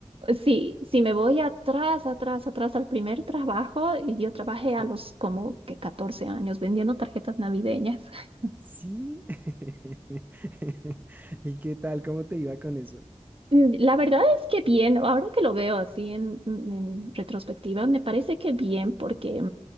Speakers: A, on the right; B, on the right.
A: Sí, si me voy atrás, atrás, atrás al primer trabajo, y yo trabajé
B: Sí.
A: a los como que 14 años vendiendo tarjetas navideñas. <laughs>
B: Sí. <laughs> ¿Y qué tal? ¿Cómo te iba con eso?
A: Mm, La verdad es que bien, ahora que lo veo así en, en retrospectiva, me parece que bien porque